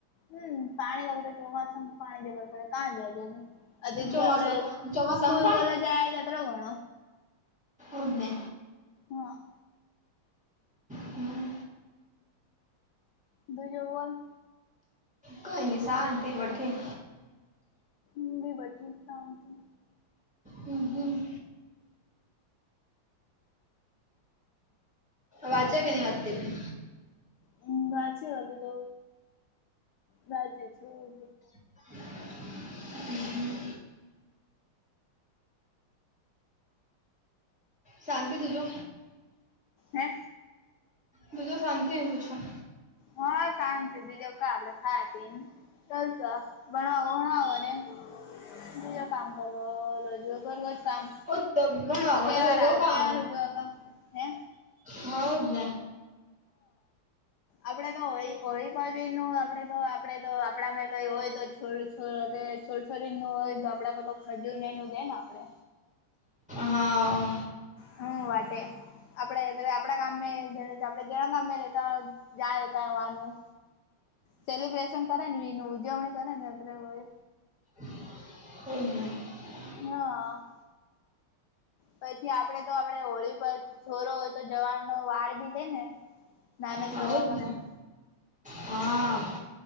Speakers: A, on the left; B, in the centre.
A: હમ્મ પાણી <unintelligible> તો ચોમાસું પાણી જબર પડે કાં <unintelligible> <unintelligible> આપડે
B: ચોમાસું ચોમાસામાં
A: સ્કૂલ કોલેજ જાય જત્રો ઘણો
B: ઓદને.
A: હ.
B: હમ
A: બીજુ બોલ?
B: કઈ ની શાંતિ બઠી
A: હુ બી બઠી શાંતિ.
B: હમ્મ હમ્મ. વાચે કે ની વાંચતી હતી.?
A: હમ્મ વાંચ્યો હવે તો વાંચે છું.
B: <inaudible> હમહમ શાંતિ તુજો.
A: હે
B: દુંજ શનતી હ પુછું.
A: હા શાંતિ બીજો ક આપડે ખાય હતી એમ. ચાલશ ભણો ઘણ આવો ને બીજા કામ કરો રોજ રગજ કામ
B: ઓ ભણવા કોને
A: તહેવાર
B: કરવો
A: આવે
B: કામ
A: તહેવાર ઉ જોગ હે.?
B: હઉદ ને
A: આપડે તો હોળી હોળી પાછી નું આપડે તો, આપડે તો આપણા મે કઈ હોય તો છોડ છોડ છોરછોરી નું હોય આપડે ખજુર ને એનું દે ને આપડે.
B: હા
A: હ વાટેે આપડે તે આપડા ગામે આપણે જણા ગામે રેતા હોય જ્યાં રેતા હોવાનું. સેલિબ્રેશન કરે ને એ ન ઉજવણી કરે ને અત્રેય ઓવે.
B: હમ હમ
A: હા પછી આપડે તો આપડે હોળી પ છોરો હોય તો જવાર નો વાર બી લે ને નાના
B: હાઉદ
A: છોરાવાનું.?
B: ને હા